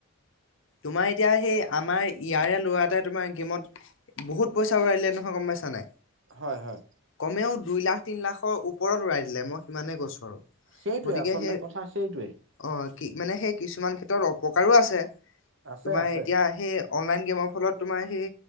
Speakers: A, on the left (about 60°); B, on the right (about 55°).
A: তোমাৰ এতিয়া সেই আমাৰ ইয়াৰে ল'ৰা এটাই তোমাৰ গেমত বহুত পইচা উৰাই দিলে নহয়, গম পাইছা নাই?
B: হয়, হয়।
A: কমেও দুই লাখ, তিনি লাখৰ ওপৰত উৰাই দিলে, মই সমানে গছৰ আৰু
B: সেইটোৱে
A: গতিকে
B: আচলতে
A: সেই
B: কথা সেইটোৱে
A: অ', কি মানে সেই কিছুমান ক্ষেত্ৰত প্ৰকাৰো আছে,
B: আছে
A: তোমাৰ
B: আছে
A: এতিয়া সেই অনলাইন গেমৰ ফলত তোমাৰ সেই